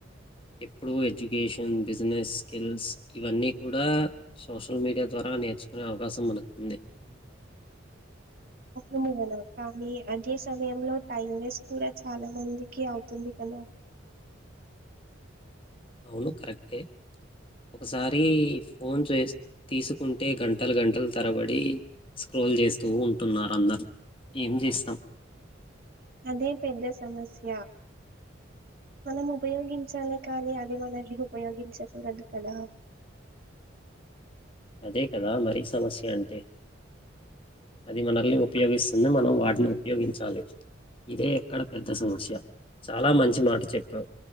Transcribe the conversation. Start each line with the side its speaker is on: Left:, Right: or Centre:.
Left: ఎప్పుడు ఎడ్యుకేషన్ బిజినెస్ స్కిల్స్ ఇవన్నీ కూడా సోషల్ మీడియా ద్వారా ఆ నేర్చుకునే అవకాశం మనకుంది
Right: అవును హలో కానీ అదే సమయంలో టైం వేస్ట్ కూడా చాలా మందికి అవుతుంది కదా
Left: అవును కరెక్టే ఒకసారి ఫోన్ చేస్ తీసుకుంటే గంటలు గంటలు తరబడి స్క్రో కాల్ చేస్తూ ఉంటున్నారు అందరు ఏం చేస్తాం
Right: అదే పెద్ద సమస్య మనం ఉపయోగించాలి కానీ అది మనల్ని ఉపయోగించకూడదు కదా
Left: అదే కదా మరి సమస్య అంటే అది మనల్ని ఉపయోగిస్తుంది మనం వాటిని ఉపయోగించాలి ఇదే ఎక్కడ పెద్ద సమస్య చాలా మంచి మాట చెప్పావు